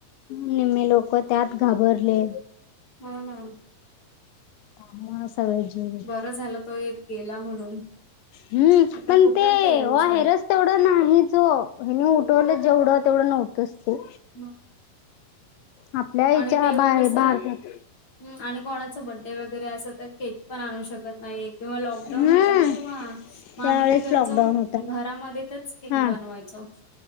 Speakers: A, on the left; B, on the left.
A: निम्मी लोक त्यात घाबरले.
B: हम हम.
A: ह हा सगळ. ह्
B: बरं झालं तो एक गेला म्हणून.
A: हम्म
B: आता
A: पण
B: खूपच
A: ते
B: टेन्शन
A: वाहेरच. तेवढं नाही ज हे उठवलं जेवढं तेवढं नव्हतच ते.
B: हा.
A: आपल्या याच्या
B: आणि तेव्हा
A: बाहेर
B: कस
A: भारतात
B: आणि कोणाच बर्डे वगैरे अस तर केक. पण आणू शकत नाही किंवा लॉकडाऊन
A: हम्म
B: होता ना तेव्हा. मग
A: त्यावेेळेस
B: आम्ही काय करायचो
A: लॉकडाऊन होता
B: घरामध्येच केक
A: हा
B: बनवायचो.